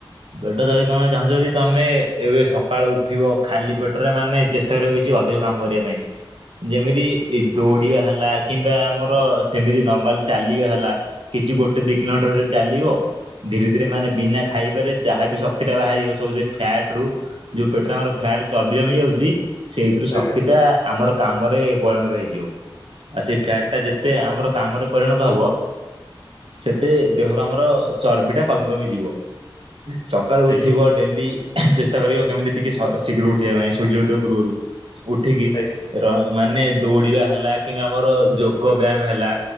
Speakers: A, on the right; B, on the left.
A: ପେଟ ଚର୍ବି ତମେ ଚାହୁଁଚ ଯଦି ତମେ ଏବେ ସକାଳୁ ଉଠିବ ଖାଲି ପେଟରେ ମାନେ ଚେଷ ତାର ହଉଚି ଅଧିକ କାମ କରିବା ପାଇଁ। ଯେମିତି ଦୌଡିବା ହେଲା କିମ୍ବା ଆମର ସେମିତି ନର୍ମାଲ ଚାଲିବା ହେଲା କିଛି ଗୋଟେ ଦି କିଲୋମିଟର ଭିତରେ ଚାଲିବ ଧୀରେ ଧୀରେ ମାନେ ବିନା ଖାଇବାରେ ଯାହାବି ଶକ୍ତି ଟା ବାହାରିବ ସବୁ ସେ ଫ୍ୟାଟ ରୁ ଯଉ ପେଟରେ ଆମର ଫ୍ୟାଟ ଚର୍ବି ଜମି ଯାଉଛି ସେଇଥିରୁ ଶକ୍ତି
B: ଆଜ୍ଞା
A: ଟା ଆମର କାମରେ ପରିଣତ ହେଇଯିବ ଆଉ ସେଇ ଫ୍ୟାଟଟା ଯେତେ ଆମର କାମରେ ପରିଣତ ହବ ସେତେ ଦେହରୁ ଆମର ଚର୍ବି ଟା କମି କମି ଯିବ ସକାଳୁ ଉଠିବ
B: ଆଜ୍ଞା
A: ଡେଲି ଚେଷ୍ଟା କରିବ କେମିତି ଟିକେ ଶ ଶୀଘ୍ର ଉଠିବା ପାଇଁ ସୂର୍ଯ୍ୟ ଉଦୟ ପୂର୍ବରୁ ଉଠିକି
B: ଆଜ୍ଞା
A: ର ମାନେ ଦୌଡିବା ହେଲା କିମ୍ବା ଆମର ଯୋଗ ବ୍ୟାୟାମ ହେଲା